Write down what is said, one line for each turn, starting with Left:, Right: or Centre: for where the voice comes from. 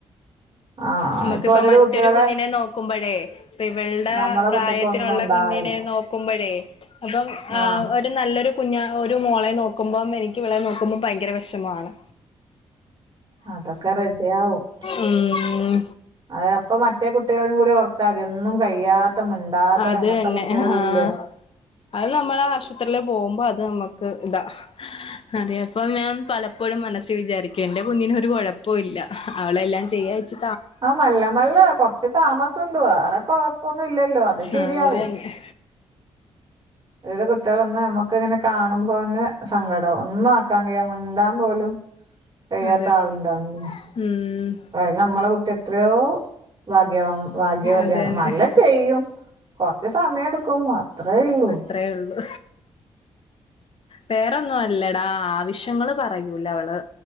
Right: ആഹ്
Left: നമക്കിപ്പം
Right: ഇപ്പൊ ഓരോരോ
Left: മറ്റൊരു
Right: കുട്ടികളെ
Left: കുഞ്ഞിനെ നോക്കുമ്പഴേ പ്പ ഇവൾടെ
Right: നമ്മളെ
Left: പ്രായത്തിനുള്ള
Right: കുട്ടിക്ക് ഒന്നും ഉണ്ടാവില്ല
Left: കുഞ്ഞിനെ നോക്കുമ്പഴേ അപ്പം ആ
Right: ആഹ്
Left: ഒ ഒരു നല്ലൊരു കുഞ്ഞാ ഒരു മോളെ നോക്കുമ്പം എനിക്കിവളെ നോക്കുമ്പം ഭയെങ്കെരെ വെഷെമാണ്
Right: അതൊക്കെ റെഡ്യാവും
Left: ഉം
Right: അത് അപ്പം മറ്റേ കുട്ട്യേളിം കൂടി ഓർത്താതി ഒന്നും കയ്യാത്ത മ്ണ്ടാത്ത
Left: അത്
Right: അങ്ങൻത്തെ
Left: തന്നെ
Right: കുട്ട്യാളും
Left: ആഹ്
Right: ഇല്ലേ
Left: അത് നമ്മള് ആശുപത്രില് പോവുമ്പം അത് നമ്ക്ക് താ അതേ അപ്പൊ ഞാൻ പലപ്പോഴും മനസ്സിൽ വിചാരിക്കും എന്റെ കുഞ്ഞിനൊരു കൊഴപ്പോം ഇല്ല അവളെല്ലാം ചെയ്യാച്ച്
Right: ആഹ് മെല്ലെ മെല്ലെ കൊർച്ച് താമസംണ്ട് വേറെ കൊഴപ്പൊന്നും ഇല്ലല്ലോ അത് ശെരിയാവും
Left: ആഹ് അത് തന്നെ
Right: വേറെ കുട്ട്യേളൊന്നും ഞമ്മക്കങ്ങെനെ കാണുമ്പോന്നെ സങ്കടാവും ഒന്നും ആക്കാൻ കഴിയാ മ്ണ്ടാൻ പോലും കയ്യാത്ത
Left: അതെ
Right: ആള് ഇണ്ടാവ്ണില്ലെ
Left: ഉം
Right: ത് ഞമ്മെളെ കുട്ടി എത്രെയോ ഭാഗ്യവാ ഭാഗ്യവതിയാണ്
Left: അത് തന്നെ
Right: മല്ലെ ചെയ്യും കൊർച്ച് സമയട്ക്കും അത്രേ ഇള്ളൂ
Left: അത്രേയുള്ളൂ വേറൊന്നും അല്ലെടാ ആവശ്യങ്ങള് പറയൂലവള്